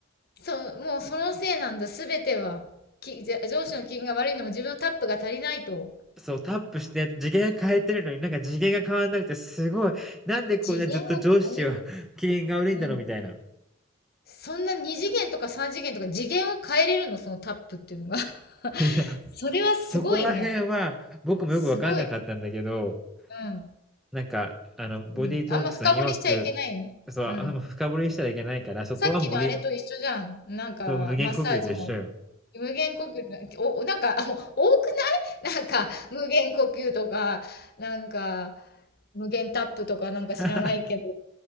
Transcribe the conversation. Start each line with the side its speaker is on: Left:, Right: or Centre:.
Left: そう、もうそのせいなんだ、すべては。き、じゃ上司の機嫌が悪いのも自分のタップが足りないと。
Centre: そう、タップして、次元変えてるのになんか次元が変わんなくて、すごい、なんでこんなずっと上司は
Left: 次元を変える。
Centre: <laughs> 機嫌が悪いんだろうみたいな。
Left: うん。
Centre: い
Left: そんな2次元とか3次元とか次元を変えれるの、そのタップっていうのが。<laughs>
Centre: や、
Left: それはすごいね。
Centre: そこら辺は僕もよくわかんなかったんだけど、
Left: すごい。うん。
Centre: なんか、あの、ボディートークさん曰く、
Left: うん。あんま深掘りしちゃいけないね。
Centre: そう、
Left: うん。
Centre: あんま深掘りしたらいけないから、そこはもうボディ、
Left: さっきのあれと一緒じゃん。なんか、
Centre: そう、無限呼吸と一緒よ。
Left: マッサージの無限呼吸、お、おなんか、あ多くないなんか、無限呼吸とか、なんか、無限タップとかなんか知らないけど、
Centre: <laughs>